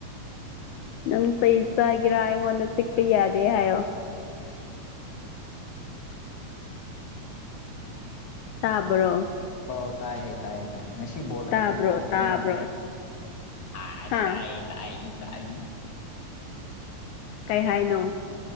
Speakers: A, on the left; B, on the left.
A: ꯅꯪ ꯐꯩ ꯆꯥꯒꯦꯔꯥ ꯑꯩꯉꯣꯟꯗ ꯆꯤꯛꯄ ꯌꯥꯗꯦ ꯍꯥꯏꯌꯣ ꯇꯥꯕ꯭ꯔꯣ
B: ꯄꯣ ꯇꯥꯏ ꯇꯥꯏꯌꯦ ꯇꯥꯏꯌꯦ ꯉꯁꯤ ꯕꯣꯜ ꯂꯩꯕꯅꯦꯀꯣ
A: ꯇꯥꯕ꯭ꯔꯣ
B: ꯌꯦꯡꯉꯣ
A: ꯇꯥꯕ꯭ꯔꯣ
B: ꯑꯁ
A: ꯍꯥ
B: ꯇꯥꯏꯌꯦ ꯇꯥꯏ ꯇ ꯑꯩ
A: ꯀꯔꯤ ꯍꯥꯏꯅꯣ